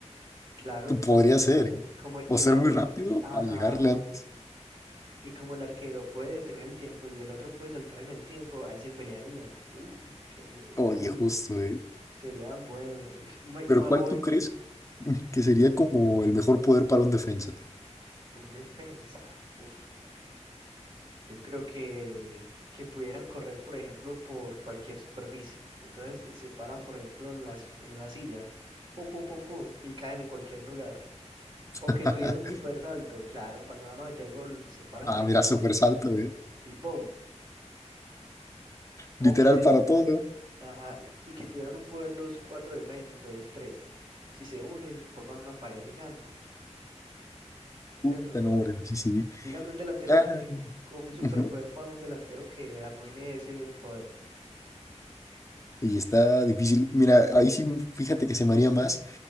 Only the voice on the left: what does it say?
podría ser, ¿eh?
O ser
muy rápido
para llegarle antes.
Oye,
justo, ¿eh?
Pero
¿cuál
tú crees <laughs>
que sería como el mejor poder para un defensa?
<laughs>
Ah,
mira, súper salto, ¿eh?
Literal
para todo.
Puta,
no, hombre, sí, sí.
ya
ujú.
Oye, está difícil. Mira, ahí sí, fíjate que se me haría más